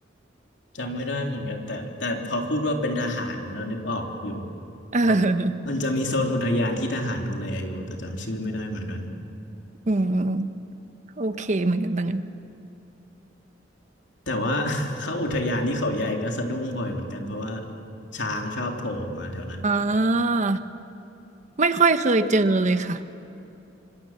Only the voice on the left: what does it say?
จำไม่ได้เหมือนกันแต่แต่พอพูดว่าเป็นทหารเรานึกออกอยู่
เพราะมันจะมีโซนอุทยานที่ทหารดูแลอยู่แต่จำชื่อไม่ได้เหมือนกัน
แต่ว่า <laughs> เข้าอุทยานที่เขาใหญ่ก็สะดุ้งบ่อยเหมือนกันเพราะว่าช้างชอบโผล่ออกมาแถวนั้น